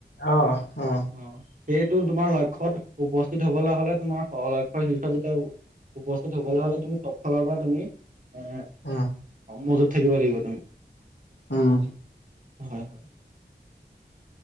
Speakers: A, on the left; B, on the right.
A: অ-অ,
B: অ সেইটো তোমাৰ লক্ষ্যয়ত উপস্থিত হবলৈ হলে তোমাৰ লক্ষ্যয়ৰ শীৰ্ষ যেতিয়া উপস্থিত হবলৈ হলে তুমি চব ফালৰ পৰা তুমি এ
A: উম,
B: মজুত থাকিব লাগিব তুমি।
A: উম,
B: হয়-হয়।